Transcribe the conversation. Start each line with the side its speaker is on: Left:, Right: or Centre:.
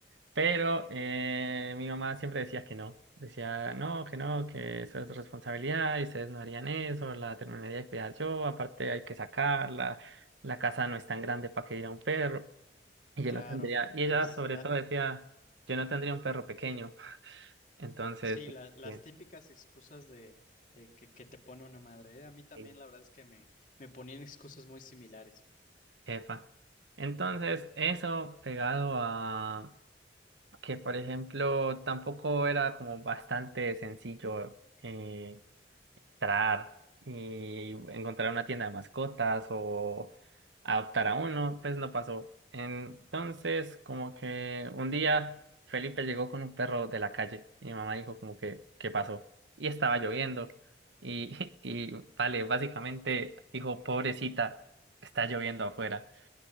Right: pero eh, mi mamá siempre decía que no, decía no, que no, que eso es responsabilidad y ustedes no harían eso, la terminaría de cuidar yo, aparte hay que sacarla, la casa no es tan grande para que diga un perro, y yo
Left: Claro,
Right: no tendría, y ella
Left: las,
Right: sobre
Left: la,
Right: todo decía, yo no tendría un perro pequeño. Entonces,
Left: sí, la- las
Right: bien,
Left: típicas excusas de, de que, que te pone una madre, ¿eh? A mí también
Right: sí,
Left: la verdad es que me, me ponían excusas muy similares.
Right: epa. Entonces, eso pegado a que, por ejemplo, tampoco era como bastante sencillo. eh, entrar y encontrar una tienda de mascotas o adoptar a uno, pues no pasó. Entonces, como que un día Felipe llegó con un perro de la calle y mi mamá dijo como que, ¿qué pasó? Y estaba lloviendo y, <laughs> y vale, básicamente dijo, pobrecita, está lloviendo afuera.